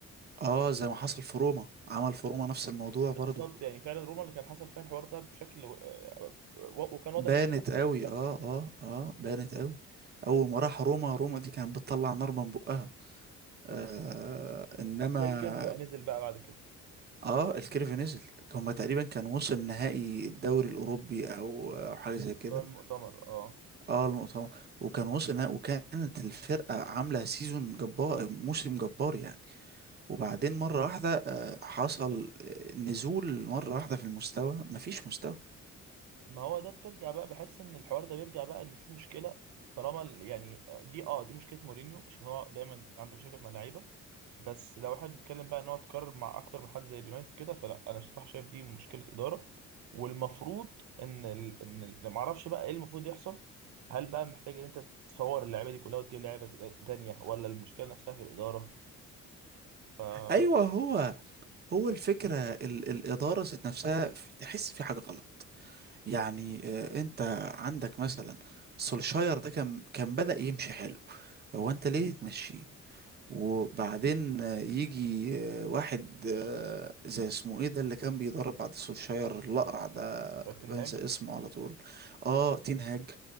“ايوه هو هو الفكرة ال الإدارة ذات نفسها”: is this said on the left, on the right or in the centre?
Right